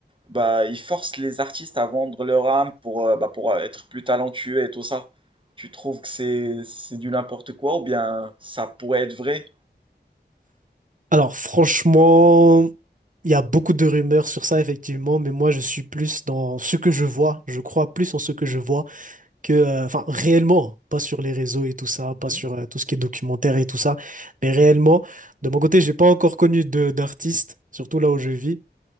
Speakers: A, on the right; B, on the right.
A: bah, ils forcent les artistes à vendre leur âme pour, euh, bah, pour être plus talentueux et tout ça. Tu trouves que c'est c'est du n'importe quoi ou bien ça pourrait être vrai?
B: Alors franchement, il y a beaucoup de rumeurs sur ça effectivement, mais moi je suis plus dans ce que je vois, je crois plus en ce que je vois que, euh, enfin réellement, pas sur les réseaux et tout ça,
A: Mhm.
B: pas sur euh, tout ce qui est documentaire et tout ça, mais réellement, de mon côté, j'ai pas encore connu de d'artistes, surtout là où je vis,